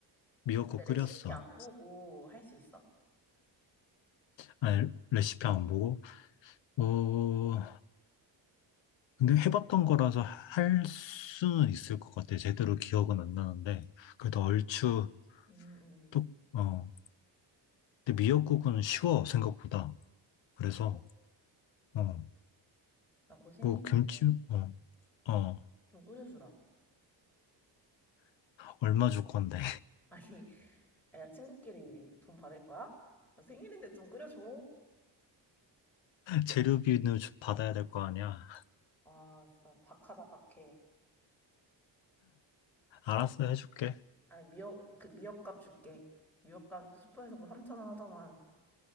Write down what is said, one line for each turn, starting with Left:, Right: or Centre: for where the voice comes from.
Left: 미역국
Centre: 근데 레시피
Left: 끓였어.
Centre: 안 보고 할 수 있어?
Left: 아니 레시피 안 보고 어 근데 해봤던 거라서 할 수는 있을 것 같아. 제대로 기억은 안 나는데 그래도 얼추
Centre: 응 응 응.
Left: 또어 근데 미역국은 쉬워 생각보다. 그래서
Centre: 아,
Left: 어
Centre: 나곧 생일인데
Left: 뭐 김치 어 어
Centre: 좀 끓여주라.
Left: 얼마 줄 건데.
Centre: <laughs> 아니, 야, 친구끼리 이거 돈 받을 거야? 아, 생일인데 좀 끓여줘.
Left: 재료비는 주- 받아야 될 거 아니야.
Centre: 아, 진짜 박하다, 박해.
Left: 알았어, 해줄게.
Centre: 아니, 미역, 그 미역값 줄게. 미역값 슈퍼에서 뭐 3천 원 하더만.